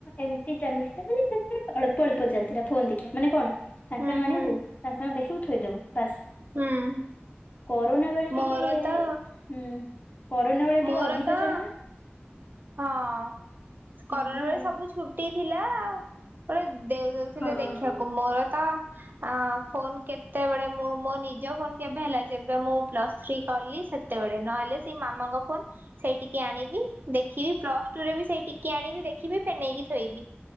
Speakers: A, on the left; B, on the right.
A: ଏମିତି ଚାଲିଥିଲା ମାନେ ସେତେଳେ ଅଳ୍ପ ଅଳ୍ପ ଚାଲିଥିଲା ଫୋନ୍ ଦେଖିବା ମାନେ କଣ ସାଙ୍ଗେ
B: ହୁଁ
A: ସାଙ୍ଗେ
B: ହୁଁ
A: ଆଣିବୁ ସାଙ୍ଗେ ସାଙ୍ଗେ ଦେଖିବୁ ଥୋଇଦବୁ ବାସ୍
B: ହୁଁ
A: କରୋନା ବେଳେ
B: ମୋର
A: ଟିକେ
B: ତ
A: ହୁଁ କରୋନା ବେଳେ ଟିକେ
B: ମୋର
A: ଅଧିକ
B: ତ
A: ଚାଲିଲା
B: ହଁ। କରୋନା
A: ଏଇଆ
B: ବେଳେ
A: ଆଉ।
B: ସବୁ ଛୁଟ ଟି ଥିଲା ଆଉ ପୁରା ଦେଉ ଦଉଥିଲେ
A: ହଁ
B: ଦେଖିବାକୁ ମୋର ତ ଆ ଫୋନ କେତେବେଳେ ମୁଁ ମୋ ନିଜ ଫୋନ କେବେ ହେଲା? ଯେବେ ମୁଁ ପ୍ଲସ ଥ୍ରୀ କଲି ସେତେବେଳେ ନହେଲେ ସେଇ ମାମାଙ୍କ ଫୋନ ସେଇ ଟିକେ ଆଣିବି। ଦେଖିବି। ପ୍ଲସଟୁ ରେ ବି ସେଇ ଟିକି ଆଣିବି ଦେଖିବି ଫେର୍ ନେଇକି ଥୋଇବି।